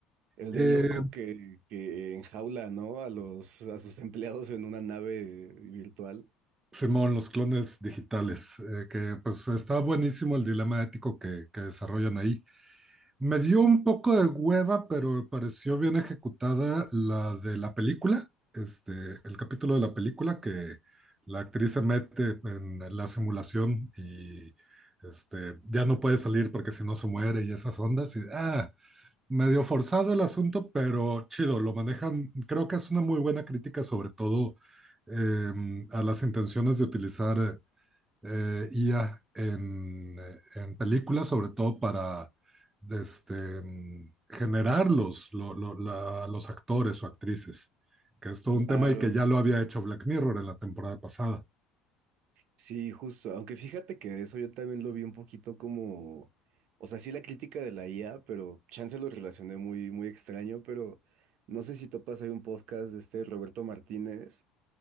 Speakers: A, on the right (about 60°); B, on the right (about 20°).
A: El
B: Eh,
A: del loco que, que enjaula, ¿no? A los, a sus empleados en una nave virtual.
B: Simón, los clones digitales, eh, que pues está buenísimo el dilema ético que, que desarrollan ahí. Me dio un poco de hueva, pero me pareció bien ejecutada la de la película, este, el capítulo de la película que la actriz se mete en la simulación y este, ya no puede salir porque si no se muere y esas ondas. Y, ah, medio forzado el asunto, pero chido, lo manejan, creo que es una muy buena crítica sobre todo em, a las intenciones de utilizar eh, IA en, eh, en películas, sobre todo para este, em, generar los, lo- lo- la- los actores o actrices, que es todo
A: Claro.
B: un tema y que ya lo había hecho Black Mirror en la temporada pasada.
A: Sí, justo. Aunque fíjate que de eso yo también lo vi un poquito como, o sea, sí la crítica de la IA, pero chance lo relacioné muy, muy extraño, pero no sé si topas, hay un podcast de este Roberto Martínez